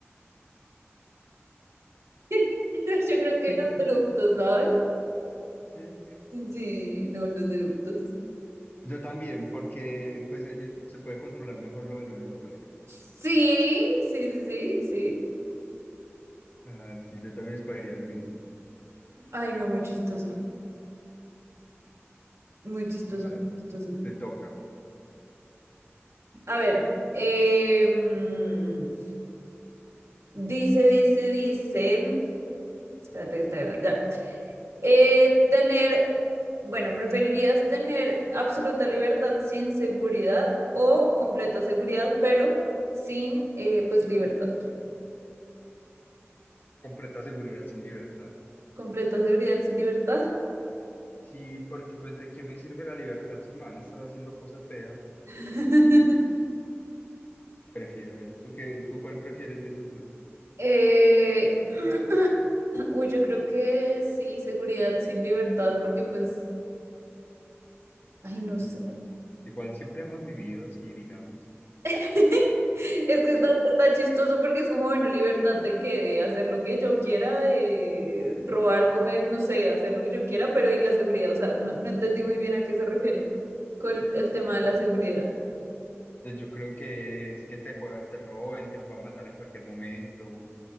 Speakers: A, on the right; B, on the left.
A: <laughs> Yo creo
B: <laughs>
A: que los eruptos, ¿sabes?
B: Sí.
A: Sí, no, los eruptos.
B: Yo también, porque pues eh, eh, se puede controlar mejor lo del olor.
A: Sí, sí, sí, sí, sí.
B: Ah, sí, yo también escogería el mismo.
A: Ay, no, muy chistoso, muy chistoso,
B: A ver,
A: muy chistoso.
B: te toca.
A: A ver, em, dice, dice, dice, espérate que está grande, ya. Eh, tener, bueno, ¿preferirías tener absoluta libertad sin seguridad o completa seguridad, pero sin, eh, pues, libertad?
B: Completa seguridad sin libertad.
A: Completa seguridad sin libertad.
B: Sí, porque pues ¿de qué me sirve la libertad si me van a estar haciendo cosas feas?
A: <laughs>
B: Prefiero esa. ¿Tú qué, tú cuál prefieres de esas dos?
A: Eh, <clears throat> uy, yo creo que sí, seguridad sin libertad, porque pues, ay, no
B: Pues,
A: sé.
B: esa. igual siempre hemos vivido así, digamos.
A: <laughs> Es que
B: <laughs>
A: está, está chistoso porque es como, bueno, libertad de que de hacer lo que yo quiera, de robar, comer, no sé, hacer lo que yo quiera, pero y la seguridad, o sea, no, no entendí muy bien a qué se refiere con el, el tema de la seguridad.
B: Entonces yo creo que es que te puedan, te roben, te puedan matar en cualquier momento.